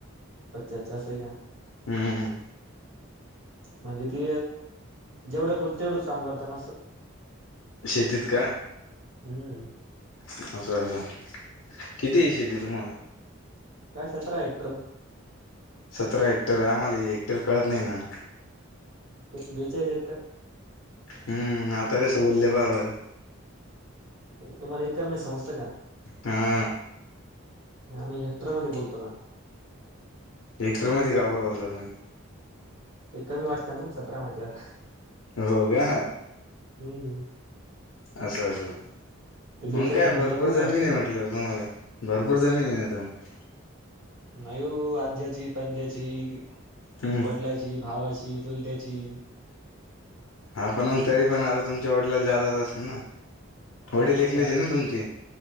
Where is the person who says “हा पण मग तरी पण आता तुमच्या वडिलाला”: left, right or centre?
Left